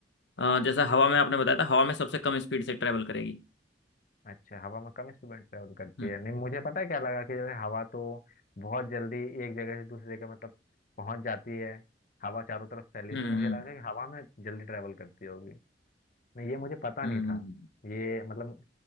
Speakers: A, on the left (about 80°); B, on the left (about 45°).
A: अ, जैसा हवा में आपने बताया था हवा में सबसे कम स्पीड से ट्रेवल करेगी
B: अच्छा हवा में कम स्पीड ट्रेवल करती
A: हम्म
B: है नहीं मुझे पता है क्या लगा कि जैसे हवा तो बहुत जल्दी एक जगह से दूसरी जगह मतलब पहुंच जाती है हवा चारों तरफ फैली है,
A: हम्म
B: तो
A: हम्म
B: मुझे लगा कि हवा में जल्दी ट्रेवल करती होगी नहीं ये मुझे पता
A: हम्म,
B: नहीं था
A: हम्म।
B: ये मतलब